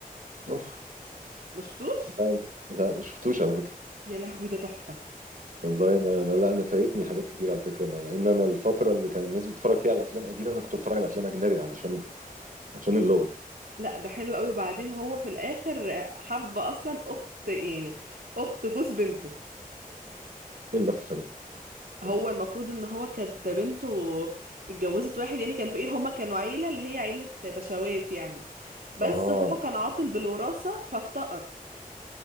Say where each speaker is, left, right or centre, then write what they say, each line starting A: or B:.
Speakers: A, on the right (about 65°); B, on the right (about 75°).
A: اوف
B: مشفتوش
A: لا لا ما شفتوش على فكره
B: يا لهوي ده تحفة
A: والله انا لا, لا انا فايتني حاجات كتير على فكره انا لان انا الفتره اللي كان الناس بتتفرج فيها على افلام قديمه انا كنت بتفرج على افلام اجنبي علشان عشان اللغه
B: لا ده حلو قوي وبعدين هو في الاخر حب اصلا اخت يعني اخت جوز بنته
A: ايه اللفه دي
B: هو
A: أخ.
B: المفروض ان هو كانت بنته اتجوزت واحد يعني كان فقير هما كانوا عيلة اللي هي عيلة بشوات يعني بس
A: اه
B: هو كان عاطل بالوراثة فافتقر